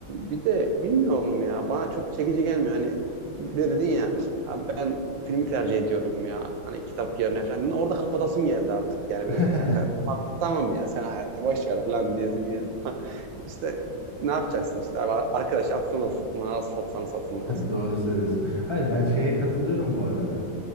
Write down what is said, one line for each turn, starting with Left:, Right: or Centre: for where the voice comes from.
Right: Bir de bilmiyorum ya bana çok çekici gelmiyor. Hani bir de dedin ya abi ben filmi tercih ediyorum ya. Hani kitap yerine falan. Orada kapatasım geldi artık. Yani
Left: <laughs>
Right: böyle kanka tamam, tamam ya sen hayal boş ver falan diyesim geldi. <laughs> İşte ne yapacaksın işte abi arkadaş atsan atılmaz satsan satılmaz.
Left: Doğru söylüyorsun. Hayır ben şeye katılıyorum bu arada.